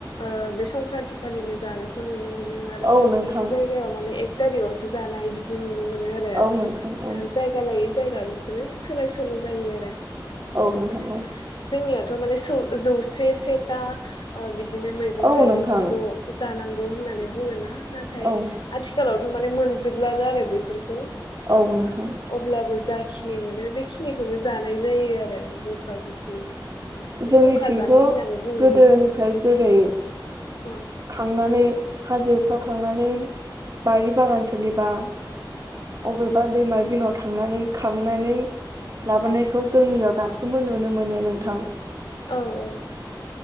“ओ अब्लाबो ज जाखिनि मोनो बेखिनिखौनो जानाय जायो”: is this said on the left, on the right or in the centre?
Left